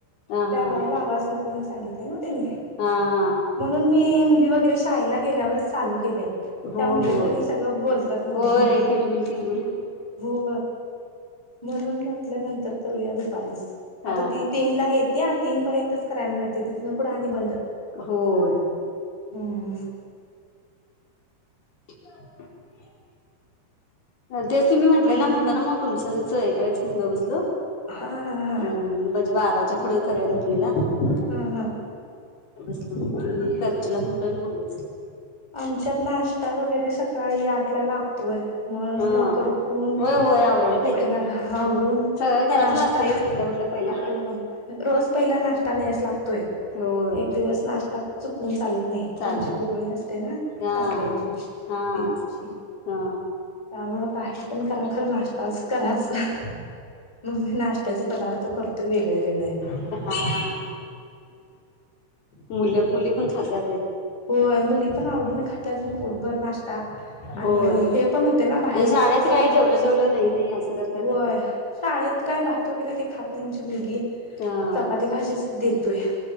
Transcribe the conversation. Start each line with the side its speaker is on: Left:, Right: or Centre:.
Left: हा
Centre: बॅकग्राउंड
Left: हा
Centre: ला आवाज नक प सांगितले ना त्यांनी
Left: हा हा
Centre: म्हणून मी मुली वगैरे शाळेला गेल्यावरच चालू केलंय
Left: हो
Centre: त्या मुलींनी
Left: हो
Centre: सगळं बोल मध
Left: होय
Centre: मधी
Left: किलबिल किलबिल
Centre: हो म्हंतू दुप
Left: हा
Centre: तीने तर् करायला मिळते तिथन कढं आणि बंद
Left: होय
Centre: हम्म
Left: <inaudible> जस मी म्हटलेला
Centre: आणि
Left: म्हणताो ना मग तुमचंचं हे करायचं म्हण गं बसल अ
Centre: हा हा हा
Left: म्हणजे बाराच्या पुढे करया म्हटलेला म.
Centre: हा हा
Left: स खर्चला म्हटलं मु
Centre: आमच्यात नाश्ता वगैरे सकाळी आठ ला लागतोय. मस्त
Left: हा
Centre: लवकर उठून
Left: होय होय आवरायला पाहिजे
Centre: पहिला
Left: की
Centre: आवरून
Left: सगळं घरातलं
Centre: नाश्ता.
Left: असतंयच उठल्या उठल्या पहिला
Centre: हो रोज पहिला नाश्ता द्यायच लागतोय
Left: होय
Centre: एक दिवस नाश् आ चुकवून चालत नाही
Left: चालतंय
Centre: त्यांचे गोळी अस
Left: हा
Centre: सासऱ्यांची
Left: हा
Centre: बीपीची.
Left: हा हा
Centre: त्यामुळ काही पण करा खरं नास आज कराच मग मी नाश्त्याचे पदार्थ करतोय वेगळे वेगळे.
Left: हा हा. मुलं मुली पण खातात.
Centre: होय मुली पण आवडी ना खात्यात मग पोटभर नाश्ता आणि
Left: होय
Centre: हे पण होते ना बाहेरच
Left: शाळेत
Centre: कस
Left: काय जेवलं जेवलं नाही नाही असं करत्यात
Centre: होय शाळेत. काय भात वगैरे ते खात नाही आमची मुलगी.
Left: तर
Centre: चपाती भाजीच देतोय